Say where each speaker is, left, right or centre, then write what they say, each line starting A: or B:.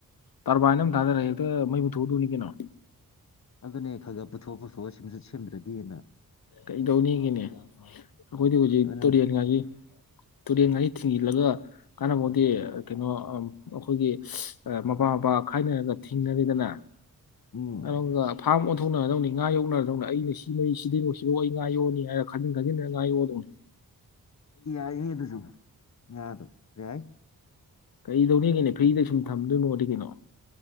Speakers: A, on the left; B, on the left.
A: ꯇꯔꯕꯥꯏꯟ ꯑꯃ ꯊꯥꯗꯔꯒꯥ ꯍꯦꯛꯇ ꯃꯩ ꯄꯨꯨꯊꯣꯛꯑꯗꯣꯏꯅꯤ ꯀꯩꯅꯣ
B: ꯑꯗꯨꯅꯦ ꯈꯔ ꯈꯔ ꯄꯨꯊꯣꯛꯑ ꯄꯨꯊꯣꯛꯑ ꯁꯤꯁꯨ ꯁꯦꯝꯗ꯭ꯔꯗꯤꯅ
A: ꯀꯩꯗꯧꯅꯤꯒꯤꯅꯦ ꯑꯩꯈꯣꯏꯗꯤ ꯍꯧꯖꯤꯛ
B: ꯑꯗꯨꯅ
A: ꯇꯨꯔꯦꯟ ꯉꯥꯒꯤ ꯇꯨꯔꯦꯟ ꯉꯥꯔꯤ ꯊꯤꯡꯖꯤꯜꯂꯒ ꯀꯥꯟꯅꯕꯗꯤ ꯀꯩꯅꯣ ꯑꯩꯈꯣꯏꯒꯤ ꯃꯄꯥ ꯃꯄꯥ ꯈꯥꯏꯅꯔꯒ ꯊꯤꯡꯅꯔꯤꯗꯅ
B: ꯎꯝ
A: ꯑꯗꯨꯒꯥ ꯐꯥꯔꯝ ꯊꯣꯛꯧꯅꯔꯗꯧꯅꯤ ꯉꯥ ꯌꯣꯛꯅꯔꯗꯧꯅꯤ ꯑꯩꯅ ꯁꯤꯉꯩ ꯁꯤꯉꯩ ꯅꯥ ꯁꯣꯛ ꯑꯩ ꯉꯥ ꯌꯣꯛꯑꯅꯤ ꯍꯥꯏꯔ ꯈꯥꯖꯤꯟ ꯈꯥꯖꯤꯟꯗꯅ ꯉꯥ ꯌꯣꯛꯗꯧꯅꯤ
B: ꯌꯥꯏ ꯏ ꯑꯗꯨꯁꯨ ꯉꯥ ꯗꯣ ꯌꯥꯏ
A: ꯀꯩꯗꯧꯅꯤꯒꯤꯅꯦ ꯐ꯭ꯔꯤꯗ ꯁꯨꯝ ꯊꯝꯗꯣꯏꯅꯣꯗꯤ ꯀꯩꯅꯣ